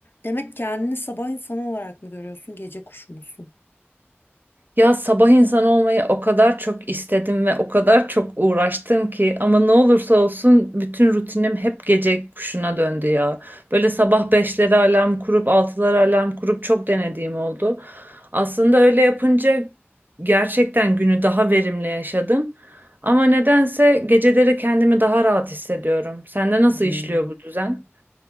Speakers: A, on the left (about 50°); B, on the right (about 45°).
A: Demek kendini sabah insanı olarak mı görüyorsun, gece kuşu musun?
B: Ya sabah insanı olmayı o kadar çok istedim ve o kadar çok uğraştım ki ama ne olursa olsun bütün rutinim hep gece kuşuna döndü ya. Böyle sabah 5'lere alarm kurup 6'lara alarm kurup çok denediğim oldu. Aslında öyle yapınca gerçekten günü daha verimli yaşadım. Ama nedense geceleri kendimi daha rahat hissediyorum. Sende nasıl
A: Hmm.
B: işliyor bu düzen?